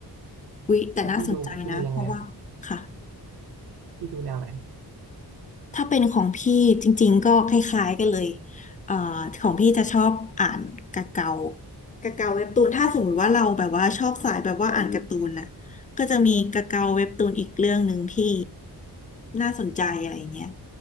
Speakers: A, on the left; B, on the right.
A: อุ๊ยแต่น่าสนใจนะเพราะว่าค่ะ
B: แล้วพี่ดูดูยังไงครับพี่ดูแนวไหนครับ
A: ถ้าเป็นของพี่จริงๆก็คล้ายๆกันเลยเอ่อของพี่จะชอบอ่านกะเกากะเกาเว็บตูนถ้าสมมติว่าเราแบบว่าชอบสายแบบว่าอ่านการ์ตูนน่ะก็จะมีกาเกาเว็บตูนอีกเรื่องหนึ่งที่น่าสนใจอะไรเงี้ย